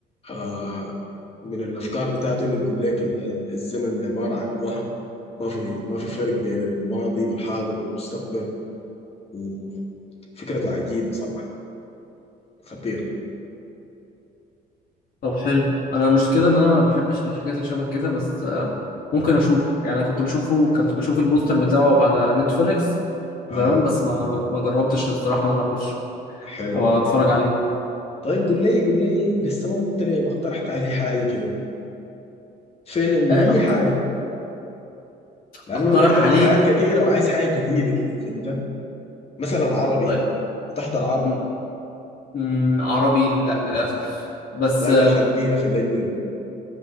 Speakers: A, on the left; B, on the left.
A: آه، من الأفكار بتاعته إنه بيقول لك ال- ال- الزمن عبارة عن وهم ما في ما في فرق بين الماضي والحاضر والمستقبل وفكرته عجيبة صراحة خطير
B: طب حلو انا المشكله ان انا ما بحبش الحاجات اللي شبه كده بس آه ممكن اشوف يعني انا كنت بشوفه كنت بشوف البوستر بتاعه على نتفليكس
A: آه
B: زمان بس ما ما جربتش الصراحه ان انا اخش
A: حلو
B: او اتفرج
A: حلو
B: عليه
A: طيب قول لي قول لي لسه ما قلت لي ما اقترحت علي حاجة كده فيلم
B: آه
A: أي
B: أقت...
A: حاجة لأنه
B: اقترح
A: أنا حضرت
B: عليك
A: حاجات كثيرة وعايز حاجة جديدة كده فهمت مثلا عربي
B: طيب
A: يعني بتحضر
B: م... م... عربي لا للاسف بس
A: طيب خلينا في الأجنبي